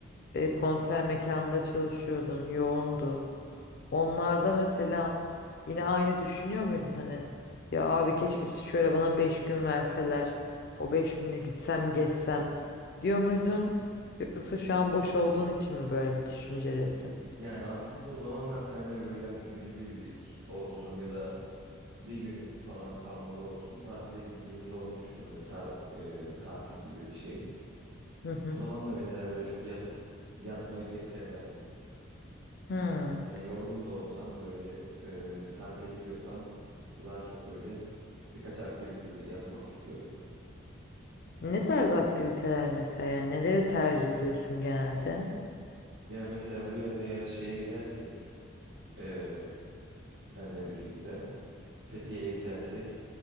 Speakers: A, on the left (about 50°); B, on the right (about 75°).
A: e, konser mekanında çalışıyordun, yoğundu. Onlarda mesela yine aynı düşünüyor muydun hani ya abi keşke şöyle bana beş gün verseler o 5 günde gitsem gezsem diyor muydun yoksa şu an boş olduğun için mi böyle bir düşüncedesin?
B: Yani aslında o zamanlar seninle böyle hani günübirlik olsun ya da bir gün falan kalmalı olsun. Tatile gittiğimiz olmuştu. Hani ta- e, tatil gibi bir şey.
A: Hı hı.
B: O zaman da mesela böyle çok yatıp yatmayı pek sevmezdim.
A: Hmm.
B: Yani yorgun da olsam böyle e, tatile gidiyorsam daha çok böyle birkaç aktivite de yapmak istiyorum.
A: Ne tarz aktiviteler mesela yani neleri tercih ediyorsun genelde?
B: Yani mesela bu yaz eğer şeye gidersek e, senle birlikte Fethiye'ye gidersek